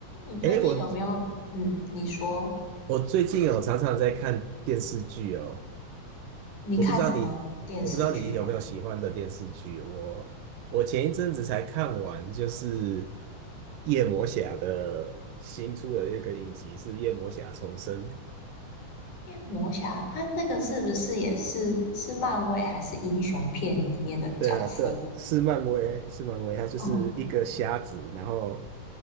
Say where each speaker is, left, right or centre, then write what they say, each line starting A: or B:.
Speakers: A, on the left; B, on the right.
A: 你最近有没有，
B: 诶，我
A: 嗯，你说
B: 我最近有常常在看电视剧哦，
A: 你看什么电视剧吗？
B: 我不知道你，我不知道你有没有喜欢的电视剧。我我前一阵子才看完，就是夜魔侠的新出的一个影集，是夜魔侠重生。
A: 夜魔侠，他那个是不是也是是漫威还是英雄片里面的角色？
B: 对啊，对，是漫威，是漫威，他就是一个瞎子，
A: 嗯
B: 然后